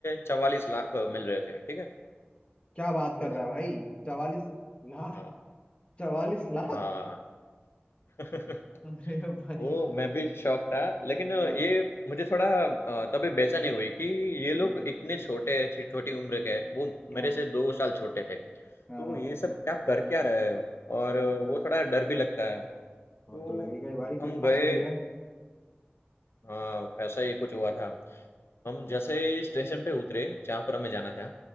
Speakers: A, on the left; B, on the left.
A: चवालीस लाख मिल रहे थे ठीक है
B: क्या बात
A: तो
B: कर रहा है भाई चवालीस लाख
A: हाँ
B: चवालीस लाख
A: हाँ <laughs>
B: अरे भाई
A: ओ मैं भी शौक था लेकिन ये
B: हाँ
A: मुझे थोड़ा अ, तभी बेचैनी हुई कि ये लोग
B: हाँ
A: इतने छोटे छी- छोटी उम्र के हैं। वो
B: हाँ
A: मेरे से दो साल छोटे थे तो
B: हाँ हाँ
A: ये सब क्या कर क्या रहे हैं और वो थोड़ा डर भी लगता है तो
B: वो तो लगेगा ही भाई
A: हम
B: कुछ फंसूस
A: गए
B: गया
A: हाँ ऐसा ही कुछ हुआ था हम जैसे ही स्टेशन पे उतरे जहाँ पर हमें जाना था